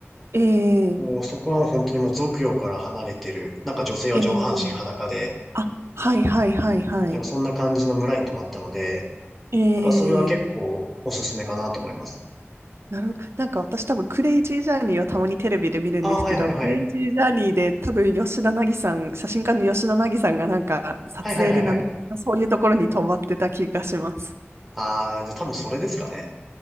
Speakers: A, on the right; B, in the centre.
A: えー、
B: もうそこは本当にもう俗世から離れてる、なんか女性は上半身裸で、
A: えー、あ、はいはいはいはい。
B: なんかそんな感じの村に泊まったので、
A: え
B: なんかそれは結構おすすめかなと思います。
A: ー、なるほど。なんか私多分クレイジージャーニーをたまにテレビで見るんですけど、
B: あ、はいはいはい。
A: クレイジージャーニーで多分吉田凪さん、写真家の吉田凪さんがなんか撮影でナミビアのそういうところに泊まってた気がします。
B: はいはいはいはい。あー、じゃあ多分それですかね。